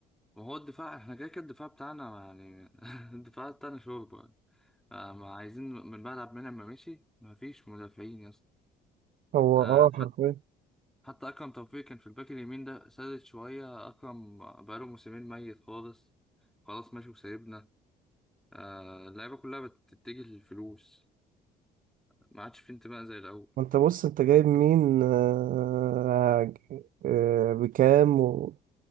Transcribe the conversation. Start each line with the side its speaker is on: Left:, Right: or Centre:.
Centre: وهو الدفاع احنا كده كده الدفاع بتاعنا يعني <laughs> الدفاع بتاعنا شوربه يعني. آه، ما عايزين من بعد عبد المنعم ما مشي ما فيش مدافعين يا اسطى
Right: هو
Centre: آه،
Right: اه حرفيا
Centre: حتى أكرم توفيق كان في الباك اليمين ده سادت شوية أكرم بقاله موسمين ميت خالص خلاص ماشي وسايبنا آه اللعيبة كلها بتتجه للفلوس ما عادش في انتماء زي الأول
Right: وانت بص انت جايب مين آه، آه، بكام و...